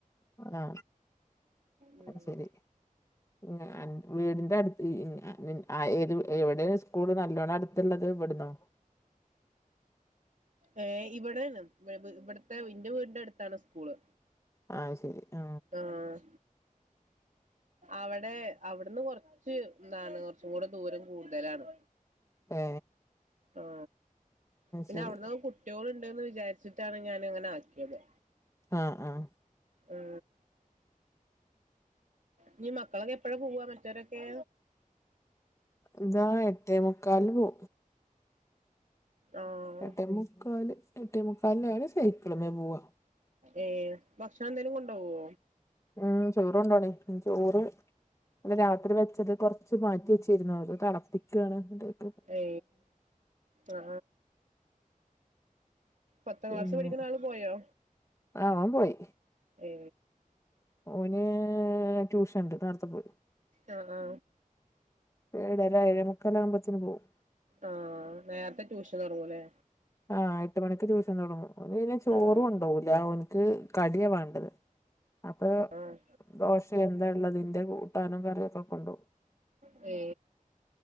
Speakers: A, on the left; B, on the right.
A: ആ
B: ഉം.
A: അത് ശെരി. ഞാൻ വീടിൻ്റെ അട് <unintelligible> എവിടെ സ്കൂള് നല്ലോണട് ത്ത്ള്ളത് ഇവ്ടന്നോ
B: ഏ ഇവിടെണ് ഇവ വി ഇവിടുത്തെ വി എന്റെ വീടിന്റെ അടുത്താണ് സ്കൂള്.
A: ആ ശെരി ആ
B: ആഹ് അവിടെ അവിടുന്ന് കൊറച്ച് ച്ച് ന്താണ് കുറച്ചുങ്കൂടെ ദൂരം കൂടുതലാണ്.
A: ഏ
B: ആ പിന്നെ
A: ശരി
B: അവിടന്നൊക്കെ കു ട്ട്യോള്ണ്ട്ന്ന് വിചാരിച്ചിട്ടാണ് ഞാന് ഇങ്ങനെ ആക്കിയത്.
A: ആഹ് ആഹ്
B: ഏ ഇനി മക്കളൊക്ക എപ്പഴ പോവാ മറ്റോരൊക്കെ?
A: ഇതാ എട്ടേ മുക്കാൽനു പോ
B: ആഹ്
A: എട്ടേ മുക്കാല് എട്ടേ മുക്കാലിന് ഓന് സൈക്കിളുമേ പോവാ
B: ഏ ഭക്ഷണന്തേലും കൊണ്ടോവോ?
A: മ് ചോറ് കൊണ്ടോണേ ചോറ് ന്നല രാത്രി വെച്ചത് കൊറച്ച് മാറ്റി വെച്ച്. <unintelligible> തെളപ്പിക്കാ <unintelligible>
B: ഏ ആ പത്താം
A: പിന്നെ
B: ക്ലാസ് പഠിക്കണ ആള് പോയോ
A: ആഹ് അവൻ പോയി
B: ഏ
A: ഓന് ട്യൂഷണ്ട് നേരത്തപ്പോയി.
B: ആ ആ
A: ഏഴര ഏഴേ മുക്കാൽ ആകുമ്പത്ത്തിന് പോകും.
B: ആഹ് നേരത്തെ ട്യൂഷൻ തൊടങ്ങൂല്ലേ?
A: ആഹ് എട്ട് മണിക്ക് ട്യൂഷൻ തൊടങ്ങും. അവന് പിന്നെ ചോറ്
B: ആഹ്
A: കൊണ്ടോവൂലാ ഓൻക്ക് കടിയാ വാണ്ടത് അപ്പൊ
B: ആഹ്
A: ദോശെ എന്താ എള്ളതിന്റെ കൂട്ടാനും കറിയൊക്കെ കൊണ്ടോകും.
B: ഏ